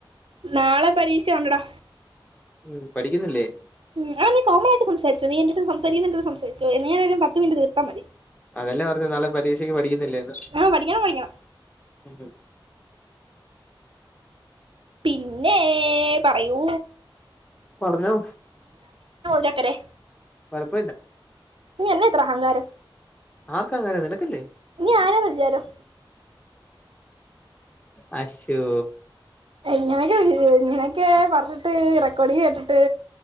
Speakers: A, on the right; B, on the left.
A: നാളെ പരീഷയുണ്ടെടാ
B: മ് പഠിക്കുന്നില്ലേ
A: മ് അത് നീ കോമണായിട്ട് സംസാരിച്ചോ നീ എന്റെയടുത്തു സംസാരിക്കുന്നൊണ്ടെ സംസാരിച്ചോ നീയാണേലും പത്തു മിനിറ്റ് തീർത്താ മതി.
B: അതല്ലെ പറഞ്ഞെ നാളെ പരീഷക്ക് പ പഠിക്കുന്നില്ലേ ന്ന്
A: ആ പഠിക്കണം പഠിക്കണം
B: ഉം
A: പിന്നേ പറയൂ
B: പറഞ്ഞോ
A: <inaudible> ചക്കരെ.....
B: കൊഴപ്പില്ല
A: നീ എന്ന ഇത്ര അഹങ്കാരം
B: എനിക്കെങ്ങനെ നിനക്കല്ലേ
A: നീ ആരാ നാ വിചാരം
B: <inaudible> അശ്ശോ
A: <inaudible> നിനക്ക് പറഞ്ഞിട്ട് റെക്കോഡ് കേട്ടിട്ട്